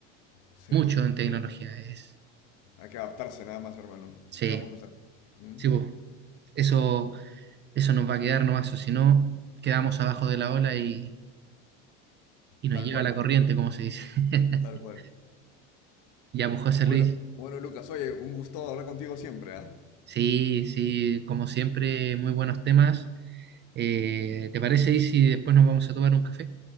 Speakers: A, on the left; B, on the right.
A: Sí.
B: mucho en tecnología.
A: Qué bueno.
B: Es,
A: Hay que adaptarse nada más, hermano.
B: sí.
A: ¿Qué vamos a hacer? ¿Mm?
B: Sí, po. Eso, eso nos va a quedar nomás, o si no, quedamos abajo de la ola y, y nos
A: Tal
B: lleva
A: cual,
B: la corriente, como se dice. <laughs>
A: tal cual.
B: Ya, pues José
A: Bueno,
B: Luis,
A: bueno, Lucas, oye, un gusto hablar contigo siempre, ¿ah?
B: sí, sí, como siempre, muy buenos temas. Eh, ¿te parece y si después nos vamos a tomar un café?